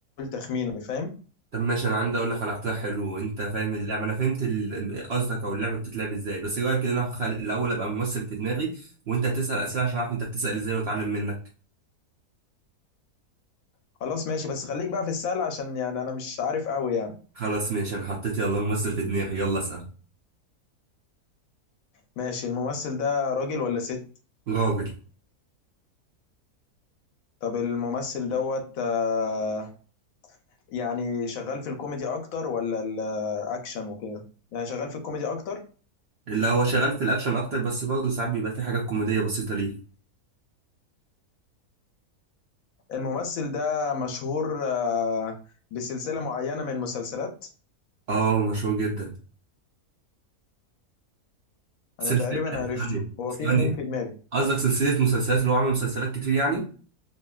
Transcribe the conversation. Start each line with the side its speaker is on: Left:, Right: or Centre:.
Left: تخمين يعني فاهم
Right: طب ماشي انا عندي اقول لك على اقتراح حلو وانت فاهم اللعبة انا فهمت ال- قصدك او اللعبة بتتلعب ازاي بس ايه رأيك ان انا خل- الاول ابقى ممثل في دماغي وانت تسأل اسئلة عشان اعرف انت بتسأل ازاي واتعلم منك
Left: خلاص ماشي بس خليك بقى في السهل عشان يعني انا مش عارف قوي يعني
Right: خلاص ماشي انا حطيت يلا ممثل في دماغي يلا اسأل
Left: ماشي الممثل ده راجل ولا ست
Right: راجل
Left: طب الممثل دوت آه، يعني شغال في الكوميدي اكتر ولا الاكشن وكده يعني شغال في الكوميدي اكتر
Right: اللي هو شغال في الاكشن اكتر بس برضه ساعات بيبقى في حاجات كوميدية بسيطة ليه
Left: الممثل ده مشهور آه، بسلسلة معينة من المسلسلات
Right: اه مشهور جدا سلسلة
Left: انا تقريبا عرفته
Right: غني
Left: هو في اتنين
Right: غني
Left: في دماغي
Right: قصدك سلسلة مسلسلات اللي هو عمل مسلسلات كتير يعني؟